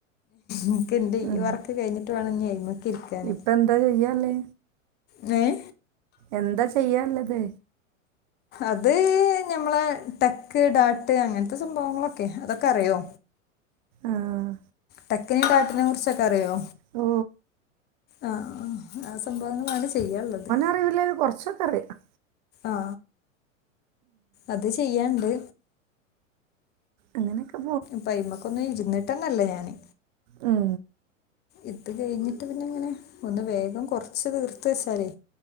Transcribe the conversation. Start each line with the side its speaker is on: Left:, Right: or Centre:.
Left: നക്ക് എന്റെ
Right: ഉം
Left: ഈ വറക്ക് കഴിഞ്ഞിട്ട് വേണം ന് അയിമ്മക്ക് ഇരിക്കാന്
Right: ഇപ്പ എന്താചെയ്യാല്ലേ
Left: ങഹ്
Right: എന്താ ചെയ്യാള്ളത്
Left: അത് ഞമ്മളെ ടെക്ക് ഡാട്ട് അങ്ങനത്തെ സംഭവങ്ങളൊക്കെ അതൊക്കെ അറിയോ
Right: ആഹ്
Left: ടക്കിനെയും ഡാട്ടിനെയും കുറിച്ചൊക്കെ അറിയോ
Right: ഓ.
Left: ആഹ് ആ ആ സംഭവങ്ങളാണ് ചെയ്യാള്ളത്
Right: അറിയില്ലേലും കുറച്ചൊക്കെ അറിയാം
Left: ആ അത് ചെയ്യാണ്ട്
Right: അങ്ങനെയൊക്ക
Left: ഇപ്പൊ അയ്മക്കൊന്നു ഇരുന്നിട്ടന്നല്ല ഞാന്
Right: ഉം
Left: ഇത് കഴിഞ്ഞിട്ട് പിന്നെ ഇങ്ങനെ ഒന്ന് വേഗം കൊറച്ച് തീർത്ത് വെച്ചാലേ